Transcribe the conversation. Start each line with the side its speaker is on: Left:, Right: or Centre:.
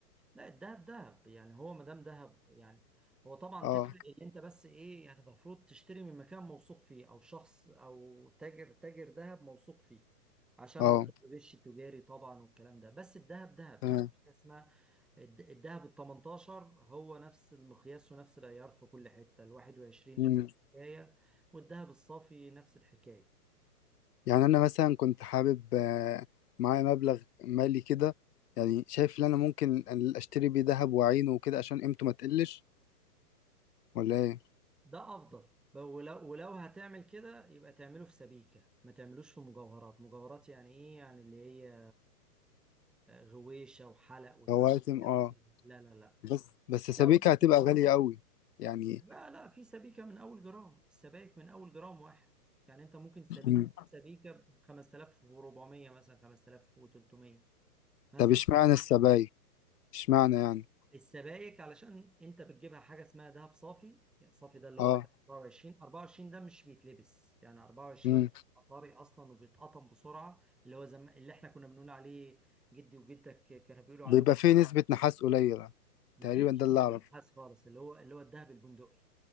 Centre: لا الدهب دهب يعني هو ما دام دهب يعني هو طبعا
Left: اه
Centre: تفرق ان انت بس ايه يعني المفروض تشتري من مكان موثوق فيه او شخص او تاجر تاجر دهب موثوق فيه عشان
Left: اه
Centre: موضوع الغش التجاري طبعا والكلام ده بس الدهب دهب
Left: تمام
Centre: يعني مش حاجة اسمها الد- الدهب ال 18 هو نفس المقياس ونفس العيار في كل حتة ال 21
Left: امم
Centre: نفس الحكاية والدهب الصافي نفس الحكاية
Left: يعني انا مثلا كنت حابب آه، معايا مبلغ مالي كده يعني شايف ان انا ممكن اشتري بيه دهب وأعينه وكده عشان قيمته ما تقلش ولا ايه
Centre: ده افضل ب- ولو ولو هتعمل كده يبقى تعمله في سبيكة ما تعملوش في مجوهرات مجوهرات يعني ايه يعني اللي هي آه، غويشة وحلق وسلسلة
Left: هو اتم اه
Centre: وكده لا لا لا
Left: بس بس سبيكة
Centre: لا وانت
Left: هتبقى
Centre: <laughs>
Left: غالية قوي يعني
Centre: لا لا في سبيكة من اول جرام السبائك من اول جرام واحد يعني انت ممكن سبيك
Left: مم.
Centre: سبيكة ب 5400 مثلا 5300 مثلا
Left: طب اشمعنى السبايك اشمعنى يعني
Centre: السبائك علشان انت بتجيبها حاجه اسمها دهب صافي يعني صافي ده اللي
Left: اه
Centre: هو 24 24 ده مش بيتلبس يعني 24
Left: مم.
Centre: طاري اصلا وبيتقطم بسرعه اللي هو زم... اللي احنا كنا بنقول عليه جدي وجدك كانوا بيقولوا
Left: بيبقى
Centre: عليهم
Left: فيه نسبة نحاس قليلة
Centre: ما
Left: تقريبا
Centre: فيش
Left: ده اللي
Centre: نسبه
Left: اعرفه
Centre: خالص اللي هو اللي هو الذهب البندقي